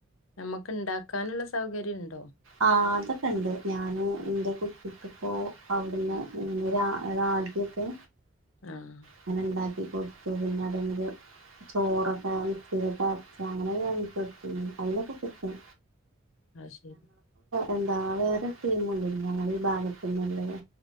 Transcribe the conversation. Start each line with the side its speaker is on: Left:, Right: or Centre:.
Left: നമ്മുക്ക് ഇണ്ട ക്കാനുള്ള സൗകര്യം ഉണ്ടോ
Right: ആ അതൊക്കെ ഉണ്ട് ഞാന് എന്റെ കുട്ടിക്ക്പ്പോ അവിടുന്ന് രാ രാഗി ഒക്കെ
Left: ആഹ്
Right: അങ്ങനെണ്ടാക്കി കൊടുത്തു പിന്നെ അത ചോറക്കെ മിക്സിലിറ്റ് അരച്ച അങ്ങനെ ഞാൻ കൊട്ത്തീന് അയ്നോക്കെ പറ്റും
Left: അയ്ശരി
Right: എന്താ വേറെ ടിമും ഉണ്ടായിരുന്നു ഞങ്ങളുടെ ഈ ഭാഗത്ത് ഉള്ളത്